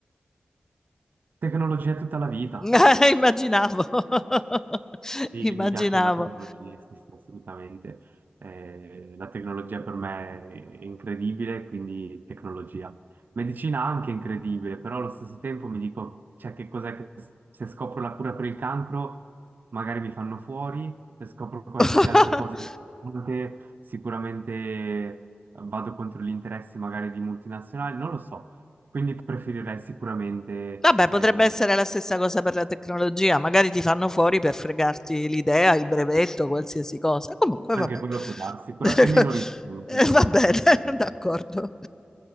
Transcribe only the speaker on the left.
<laughs> Immaginavo, <laughs>
immaginavo.
<laughs>
Vabbè,
potrebbe essere la stessa cosa per la tecnologia, magari ti fanno fuori per fregarti l'idea, il brevetto, qualsiasi cosa. Comunque,
vabbè.
<laughs>
Eh,
Va bene,
<laughs> d'accordo.